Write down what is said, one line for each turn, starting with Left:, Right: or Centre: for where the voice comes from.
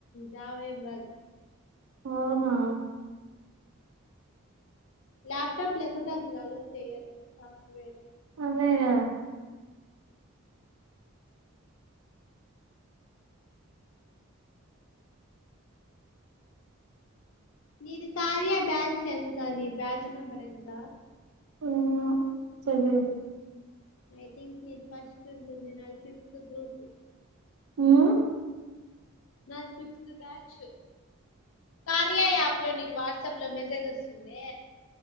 Left: జాబ్ ఏం కాదు
Right: అవునా
Left: ల్యాప్టాప్ లేకుపోతే అసలు అలో చెయ్యరు సాఫ్ట్వేర్
Right: అన్నయ
Left: నీది కార్య బ్యాచ్ ఎంత నీ బ్యాచ్ నెంబర్ ఎంత
Right: ఆ సెవెన్
Left: ఐ థింక్ నీది ఫస్ట్ ఉంటుంది నాది ఫిఫ్త్ గ్రూప్
Right: ఉమ్
Left: నాది ఫిఫ్త్ బ్యాచ్ కార్య యాప్ లో నీకు వాట్సప్ ట్లో మెసేజ్ వస్తుందే